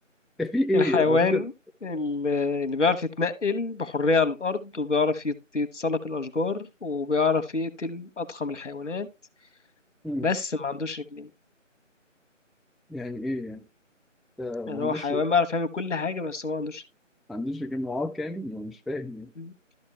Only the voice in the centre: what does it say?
إيه، في ايه
قريت
مم.
يعني ايه يعني ده
ما عندوش
ما عندوش جمعات كامل أنا مش فاهم يعني